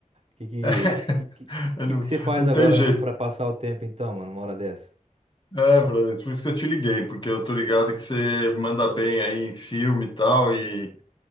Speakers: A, on the right; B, on the left.
A: Que que,
B: <laughs>
A: que,
B: eu
A: que
B: não,
A: que você faz
B: não
A: agora
B: tem jeito.
A: pra passar o tempo, então, mano, uma hora dessa?
B: É, brother, por isso que eu te liguei, porque eu tô ligado que você manda bem aí em filme e tal, e